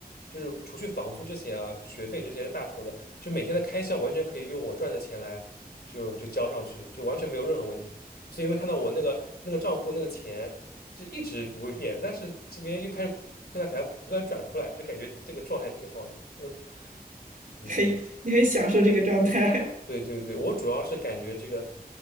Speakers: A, on the left (about 85°); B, on the right (about 60°).
A: 就是除去房租这些啊，学费这些是大头的，就每天的开销完全可以用我赚的钱来就就交上去，就完全没有任何问题。所以会看到我那个那个账户那个钱就一直不会变，但是这边又开始会在给它不断转出来，就感觉这个状态挺好的。嗯嗯，
B: 嘿，你很享受这个状态。<laughs>
A: 对对对，我主要是感觉这个，